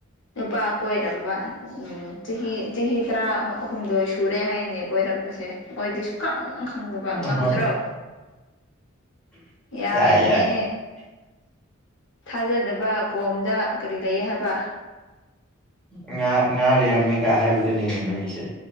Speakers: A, on the left; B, in the centre.
A: ꯅꯨꯄꯥ ꯀꯣꯏꯔꯝꯕ ꯎꯝ ꯆꯍꯤ ꯆꯍꯤ ꯇꯔꯥ ꯍꯨꯝꯗꯣꯏ ꯁꯨꯔꯦ ꯍꯥꯏꯅꯦ ꯀꯣꯏꯔꯛꯄꯁꯦ ꯑꯩꯈꯣꯏꯗꯤ ꯁꯨꯛꯈꯪ ꯈꯪꯗꯕ
B: ꯎꯝ
A: ꯉꯝꯗ꯭ꯔꯣ ꯌꯥꯏꯕꯅꯦ
B: ꯌꯥꯏ ꯌꯥꯏ
A: ꯊꯥꯖꯗꯕ ꯀꯣꯝꯗ ꯀꯔꯤ ꯂꯩꯌꯦ ꯍꯥꯏꯕ
B: ꯉ ꯉꯥꯔꯦ ꯂꯩꯔꯃꯃꯦꯒ ꯍꯥꯏꯕꯗꯨꯅꯤꯅꯦ ꯅꯣꯏꯁꯦ